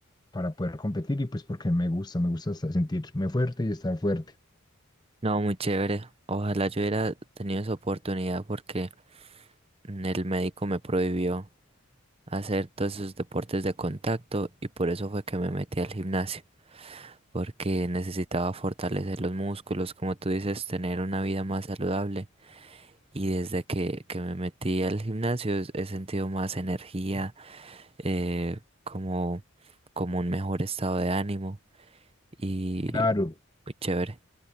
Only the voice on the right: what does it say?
No, muy chévere. Ojalá yo hubiera tenido esa oportunidad porque mm, el médico me prohibió hacer todos esos deportes de contacto y por eso fue que me metí al gimnasio. porque necesitaba fortalecer los músculos, como tú dices, tener una vida más saludable. Y desde que, que me metí al gimnasio es- he sentido más energía, eh, como, como un mejor estado de ánimo y
muy chévere.